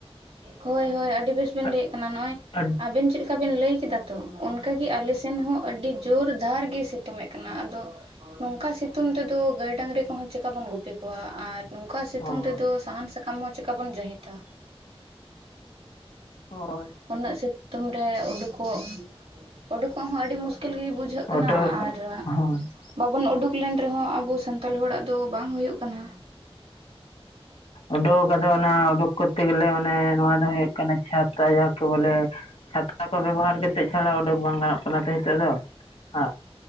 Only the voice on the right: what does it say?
ᱦᱳᱭ! ᱦᱳᱭ! ᱟᱹᱰᱤ ᱵᱮᱥ ᱵᱤᱱ
ᱞᱟᱹᱭᱮᱫ ᱠᱟᱱᱟ, ᱱᱚᱜᱼᱚᱭ
ᱟᱵᱤᱱ ᱪᱮᱫᱠᱟ ᱵᱤᱱ ᱞᱟᱹᱭ ᱠᱮᱫᱟ᱾ ᱛᱚ ᱚᱱᱠᱟ ᱜᱮ ᱟᱞᱮ ᱥᱮᱱ ᱦᱚᱸ, ᱟᱹᱰᱤ ᱡᱳᱨ ᱫᱷᱟᱨ ᱜᱮ ᱥᱤᱛᱩᱝ ᱮᱫ ᱠᱟᱱᱟ᱾ ᱟᱫᱚ ᱱᱚᱝᱠᱟ ᱥᱤᱛᱩᱝ ᱛᱮᱫᱚ ᱜᱟᱹᱭ-ᱰᱟᱝᱨᱤ ᱠᱚᱦᱚᱸ ᱪᱤᱠᱟ ᱵᱚᱱ ᱜᱩᱯ- -ᱯᱤ ᱠᱚᱣᱟ ᱟᱨ ᱱᱚᱝᱠᱟ ᱥᱤᱛᱩᱝ
ᱨᱮ ᱫᱚ ᱥᱟᱦᱟᱱ ᱥᱟᱠᱟᱢ ᱦᱚᱸ ᱪᱮᱠᱟ ᱵᱚᱱ ᱡᱟᱹᱦᱤ ᱫᱟ᱾
ᱩᱱᱟᱹᱜ ᱥᱤᱛᱩᱝ ᱨᱮ ᱩᱰᱩᱠᱚᱜ, ᱩᱰᱩᱠᱚᱜ ᱦᱚᱸ ᱟᱹᱰᱤ ᱢᱩᱥᱠᱤᱞ ᱜᱮ ᱵᱩᱡᱷ- ᱵᱩᱡᱷᱟᱹᱜ
ᱠᱟᱱᱟ
ᱟᱨ
ᱵᱟᱵᱚᱱ ᱩᱰᱩᱠ ᱞᱮᱱ ᱨᱮ ᱦᱚᱸ, ᱟᱵᱚ ᱥᱟᱱᱛᱟᱲ ᱦᱚᱲᱟᱜ ᱫᱚ ᱵᱟᱝ ᱦᱩᱭᱩᱜ ᱠᱟᱱᱟ